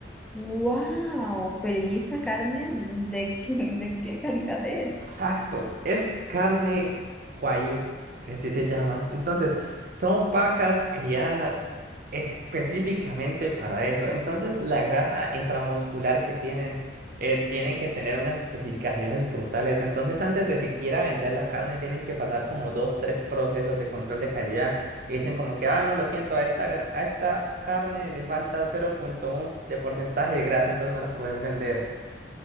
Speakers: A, in the centre; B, on the right.
A: ¡Wow! Pero ¿y esa carne de, qué- <laughs> de qué calidad es?
B: Exacto, es carne guayú, que así se llama. Entonces, son vacas criadas específicamente para eso. Entonces, la grasa intramuscular que tienen eh, tiene que tener unas especificaciones brutales. Entonces, antes de siquiera vender la carne, tienen que pasar como dos, tres procesos de control de calidad. Y dicen como que, ah, no, lo siento, a esta, gra- a esta carne le falta cero punto uno de porcentaje de grasa, entonces no la puedes vender.